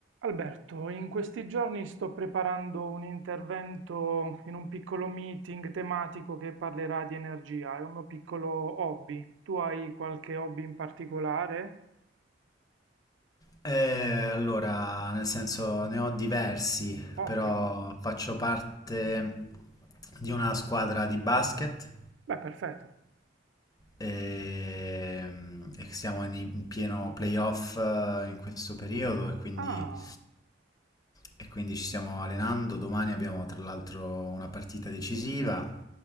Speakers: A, on the right; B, on the left.
A: Alberto, in questi giorni sto preparando un intervento in un piccolo meeting tematico che parlerà di energia, è un mio piccolo hobby. Tu hai qualche hobby in particolare?
B: Eh, allora, nel senso ne ho diversi,
A: Ottimo,
B: però faccio parte di una squadra di basket
A: beh, perfetto.
B: e, e siamo in, in pieno playoff eh, in questo periodo e quindi,
A: Ah,
B: e quindi ci stiamo allenando. Domani abbiamo tra l'altro una partita decisiva